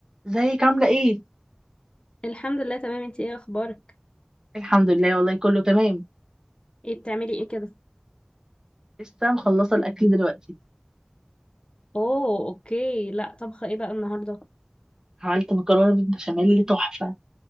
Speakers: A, on the right (about 15°); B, on the left (about 25°).
A: ازيك عاملة ايه؟
B: الحمد لله تمام انت ايه اخبارك
A: الحمد لله والله كله تمام
B: ايه بتعملي ايه كده
A: لسه مخلصة الأكل دلوقتي
B: اوه اوكي لا طبخه ايه بقى النهارده
A: عملت مكرونة بالبشاميل تحفة